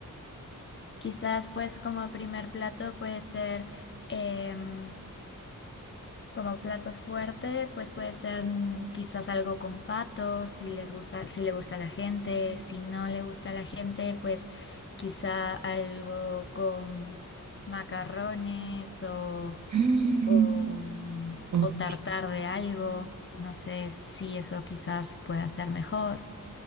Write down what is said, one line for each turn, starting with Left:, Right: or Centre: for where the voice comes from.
Left: Quizás pues como primer plato puede ser, em, como plato fuerte, pues puede ser mm, quizás algo con pato, si les gusta, si le gusta a la gente, si no le gusta a la gente, pues quizá algo con macarrones o,
Right: <gasps> Mm,
Left: o, mm,
Right: ok.
Left: o tartar de algo, no sé si eso quizás pueda ser mejor.